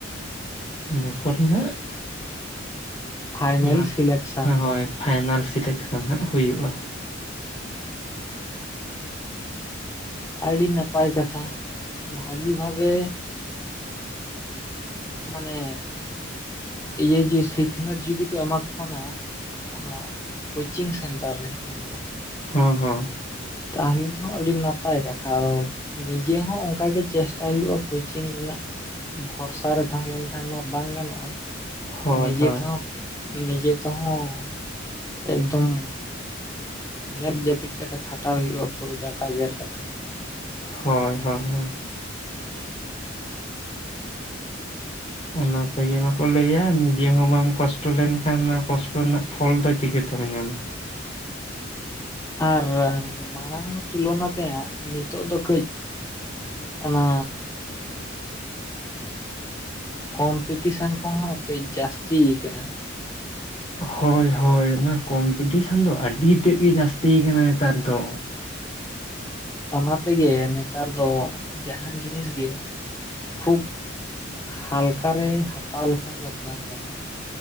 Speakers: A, on the left; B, on the left.
A: ᱤᱱᱟᱹ ᱯᱚᱨᱮ ᱦᱟᱜ
B: ᱯᱷᱟᱭᱱᱮᱞ
A: ᱚᱱᱟ
B: ᱥᱤᱞᱮᱠᱥᱟᱱ
A: ᱦᱳᱭ
B: ᱫᱚ
A: ᱯᱷᱟᱭᱱᱟᱞ ᱥᱤᱞᱮᱠᱥᱮᱱ ᱦᱟᱸᱜ ᱦᱩᱭᱩᱜᱼᱟ
B: ᱟᱹᱰᱤ ᱱᱟᱯᱟᱭ ᱠᱟᱛᱷᱟ ᱵᱷᱟᱹᱜᱤ ᱵᱷᱟᱵᱮ ᱢᱟᱱᱮ ᱤᱭᱟᱹ ᱡᱮ ᱥᱤᱠᱷᱱᱟᱹᱛ ᱡᱩᱫᱤ ᱠᱚ ᱮᱢᱟ ᱠᱚ ᱠᱟᱱᱟ ᱚᱱᱟ ᱠᱳᱪᱤᱝ ᱥᱮᱱᱴᱟᱨ ᱨᱮ ᱮᱱᱛᱮ
A: ᱦᱮᱸ ᱦᱮᱸ
B: ᱛᱟᱦᱚᱞᱮ ᱫᱚ ᱟᱹᱰᱤ ᱱᱟᱯᱟᱭ ᱠᱟᱛᱷᱟ ᱟᱫᱚ ᱱᱤᱡᱮ ᱦᱚᱸ ᱚᱱᱠᱟ ᱜᱮ ᱪᱮᱥᱴᱟᱭ ᱦᱩᱭᱩᱜᱭᱼᱟ ᱠᱳᱪᱤᱝ ᱨᱮᱱᱟᱜ ᱵᱷᱚᱨᱥᱟ ᱨᱮ ᱛᱟᱦᱮᱸ ᱞᱮᱱᱠᱷᱟᱱ ᱢᱟ ᱵᱟᱝ ᱜᱟᱱᱚᱜᱼᱟ
A: ᱦᱳᱭ
B: ᱱᱤᱡᱮ
A: ᱦᱳᱭ
B: ᱛᱮᱦᱚᱸ ᱱᱤᱡᱮ ᱛᱮ ᱦᱚᱸ ᱮᱠᱫᱚᱢ ᱢᱮᱫ ᱡᱟᱹᱯᱤᱫ ᱠᱟᱛᱮᱜ ᱠᱷᱟᱴᱟᱣ ᱦᱩᱭᱩᱜᱼᱟ ᱯᱩᱨᱟᱹ ᱰᱟᱴᱟ ᱜᱮᱨ ᱠᱟᱛᱮ
A: ᱦᱚᱭ ᱦᱚᱭ ᱦᱚᱭ
B: <inaudible>
A: ᱚᱱᱟ ᱛᱮᱜᱮ ᱵᱟᱠᱚ ᱞᱟᱹᱭᱟ ᱱᱤᱡᱮ ᱦᱚᱸ ᱵᱟᱢ ᱠᱚᱥᱴᱚ ᱞᱮᱱᱠᱷᱟᱱ ᱚᱱᱟ ᱠᱚᱥᱴᱚ ᱨᱮᱱᱟᱜ ᱯᱷᱚᱞ ᱫᱚ ᱪᱤᱠᱟᱹᱛᱮᱢ ᱧᱟᱢᱟ᱾
B: ᱟᱨ ᱢᱟᱲᱟᱝ ᱛᱩᱞᱚᱱᱟ ᱛᱮᱭᱟᱜ ᱱᱤᱛᱚᱜ ᱫᱚ ᱠᱟᱹᱡ ᱚᱱᱟ, ᱠᱚᱢᱯᱤᱴᱤᱥᱮᱱ ᱠᱚᱦᱚᱸ ᱠᱟᱹᱡ ᱡᱟᱹᱥᱛᱤ ᱟᱠᱟᱱᱟ᱾
A: ᱦᱚᱭ ᱦᱚᱭ ᱚᱱᱟ ᱠᱚᱢᱯᱤᱴᱤᱥᱮᱱ ᱫᱚ ᱟᱹᱰᱤ ᱛᱮᱫ ᱜᱮ ᱡᱟᱹᱥᱛᱤ ᱟᱠᱟᱱᱟ ᱱᱮᱛᱟᱨ ᱫᱚ
B: ᱚᱱᱟ ᱛᱮᱜᱮ ᱱᱮᱛᱟᱨ ᱫᱚ ᱡᱟᱦᱟᱸᱱ ᱡᱤᱱᱤᱥ ᱜᱮ ᱠᱷᱩᱵ ᱦᱟᱞᱠᱟᱨᱮ ᱦᱟᱛᱟᱣ ᱞᱮᱠᱷᱟᱱ ᱫᱚ ᱵᱟᱝ ᱜᱟᱱᱚᱜᱼᱟ